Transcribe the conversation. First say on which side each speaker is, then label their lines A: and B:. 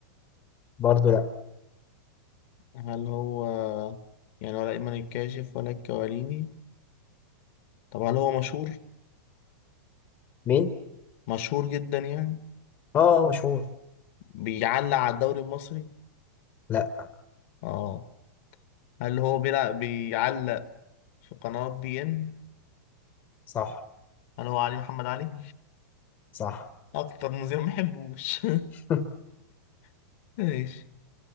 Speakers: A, on the left; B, on the left.
A: برضه لا
B: هل هو يعني ولا إيمان الكاشف ولا الكواليني طب هل هو مشهور
A: مين
B: مشهور جدا يعني
A: اه مشهور
B: بيعلق على الدوري المصري
A: لا
B: اه هل هو بيلعب بيعلق في قناة بي ان
A: صح
B: هل هو علي محمد علي
A: صح
B: اكتر مذيع ما بحبوش
A: <laughs>
B: <laughs> ماشي